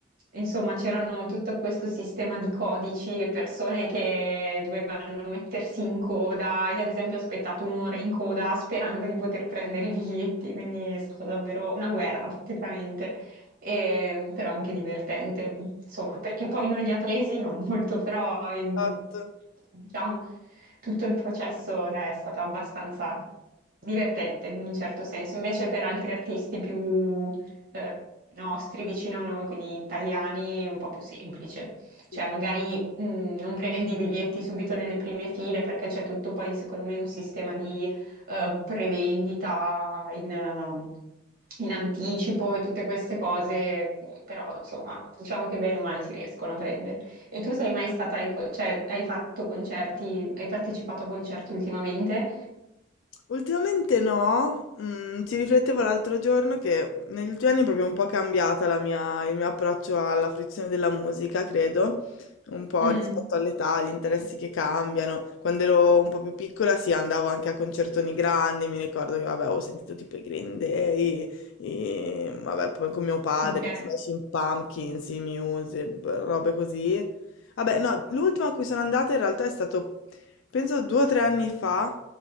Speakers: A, on the right; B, on the left.
A: insomma, c'erano tutto questo sistema di codici e persone che dovevano mettersi in coda. Io, ad esempio, ho aspettato un'ora in coda sperando di poter prendere i biglietti, quindi è stata davvero una guerra praticamente e- però anche divertente, insomma, perché poi non li ha presi, non molto, però ehm,
B: Esatto,
A: diciamo tutto il processo dai, è stato abbastanza divertente in un certo senso, invece per altri artisti più eh, nostri, vicino a noi, quindi italiani, è un po' più semplice.
B: sì.
A: Cioè, magari mh, non prendi i biglietti subito nelle prime file perché c'è tutto poi, secondo me, un sistema di eh, prevendita in, ehm, in anticipo e tutte queste cose, però insomma, diciamo che bene o male si riescono a prendere. E tu sei mai stata, ai co- cioè hai fatto concerti, hai partecipato a concerti ultimamente?
B: Ultimamente no, mm, ci riflettevo l'altro giorno che negli ultimi anni è proprio un po' cambiata la mia- il mio approccio alla fruizione della musica, credo, un po'
A: Mm,
B: rispetto all'età, agli interessi che cambiano. Quando ero un po' più piccola, sì, andavo anche a concertoni grandi, mi ricordo che, vabbè, avevo sentito tipo i Green Day, i- vabbè, poi con mio padre,
A: ok,
B: i Smashing Pumpkins, i Muse, robe così. Vabbè, no, l'ultima a cui sono andata in realtà è stato penso due o tre anni fa,